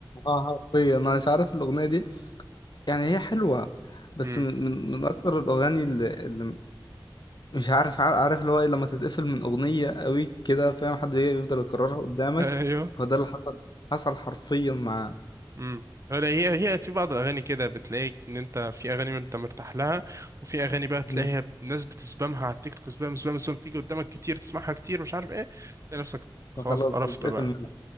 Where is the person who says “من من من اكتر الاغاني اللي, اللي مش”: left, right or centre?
Left